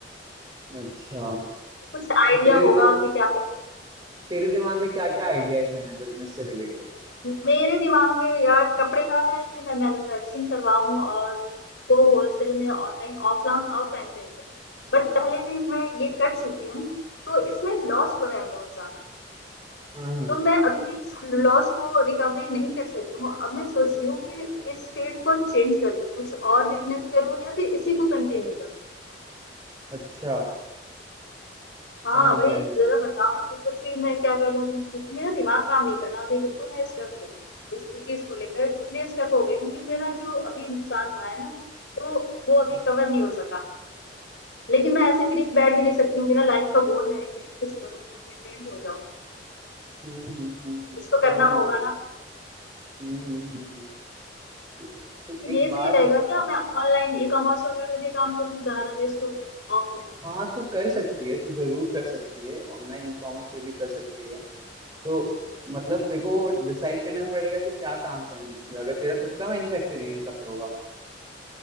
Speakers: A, on the right (about 20°); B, on the left (about 70°).
A: अच्छा
B: कुछ आइडिया
A: तो तेरे दिमाग
B: होगा कि क्या
A: तेरे दिमाग में क्या क्या आइडियाज हैं बिजनेस से रिलेटेड
B: मेरे दिमाग में यार कपड़े का है कि मैं मैन्युफैक्चरिंग करवाऊं और उसको होलसेल में ऑनलाइन ऑफलाइन ऑफलाइन सेल करूं बट पहले भी मैं ये कर चुकी हूँ तो इसमें लॉस हुआ है बहुत ज्यादा
A: हाँ हाँ
B: तो मैं अभी लॉस को रिकवरी नहीं कर सकी हूँ अब मैं सोच रही हूँ कि इस फील्ड को चेंज कर दूं कुछ और बिजनेस करूँ या फिर इसी को कंटिन्यू करूँ
A: अच्छा
B: हाँ
A: समझ
B: वही
A: गया मैं
B: जरा बताओ मुझे कुछ ही मैं क्या करूँ क्योंकि मेरा दिमाग काम नहीं कर रहा अभी बिल्कुल मैं स्टक हूँ इस चीज को लेकर इसलिए स्टक हो गई हूँ कि मेरा जो अभी नुकसान हुआ है ना तो वो अभी
A: हम्म
B: कवर नहीं हो सका लेकिन मैं ऐसे फ्री बैठ भी नहीं सकती हूँ मेरा लाइफ का गोल है कि कुछ करूँ इंडिपेंडेंट हो जाऊँ
A: हम्म हम्म हम्म,
B: कुछ तो
A: समझ
B: करना
A: रहा
B: होगा
A: हूँ मैं
B: ना
A: हम्म हम्म हम्म, हम्म। तो
B: तो
A: एक
B: ये
A: बात
B: सही रहेगा
A: बता
B: क्या मैं ऑनलाइन ई कॉमर्स वगैरह में काम करूँ ज्यादा बेस्ट होगा ऑफलाइन
A: हाँ तू कर सकती है तू जरूर कर सकती है ऑनलाइन ई कॉमर्स पे भी कर सकती है तो मतलब तेरे को डिसाइड करना पड़ेगा कि क्या काम करना है तुझे अगर तेरा खुद का मैन्युफैक्चरिंग है कपड़ों का